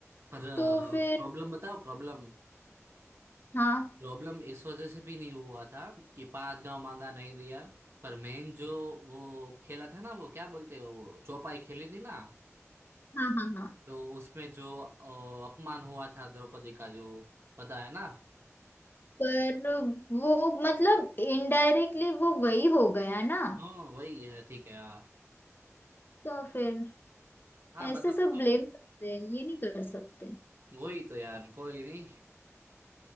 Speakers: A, on the right; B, on the left.
A: पर
B: तो फिर
A: प्रॉब्लम बताओ प्रॉब्लम
B: हाँ
A: प्रॉब्लम इस वजह से भी नहीं हुआ था कि पांच गांव मांगा नहीं दिया पर मेन जो वो खेला था ना वो क्या बोलते हैं वो चौपाई खेली थी ना
B: हाँ हाँ हाँ
A: तो उसमें जो अ, अपमान हुआ था द्रौपदी का जो पता है ना
B: पर वो मतलब इनडायरेक्टली वो वही हो गया ना
A: हाँ वही है ठीक है हाँ
B: तो फिर
A: हाँ
B: ऐसे
A: मतलब
B: सब
A: कोई
B: ब्लेम करते हैं ये नहीं कर सकते
A: वही तो यार कोई नहीं